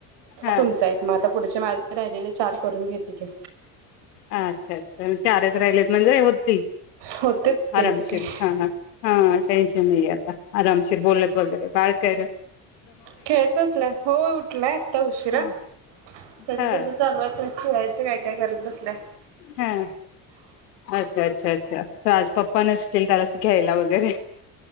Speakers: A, on the left (about 80°); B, on the right (about 65°).
A: हा
B: तुमच एक म् आता पुढचे मा राहिलेल चार करून घेते की.
A: अच्छा अच्छा चारच राहिलेत. म्हणजे होती
B: होते तेच
A: आरामशीर
B: काय
A: हं हं हा टेन्शन नाही आता आरामशीर बोलत वगैरे बाळ काय रं
B: खेळत बसलाय हो होय उठलाय आता उशिरा
A: ह
B: त्याज
A: ह
B: त्याज चालू हाय तो खेळत काय काय करत बसलाय.
A: हा अच्छा अच्छा अच्छा तर आज पप्पा नसतील तर त्याला घ्यायला वगैरे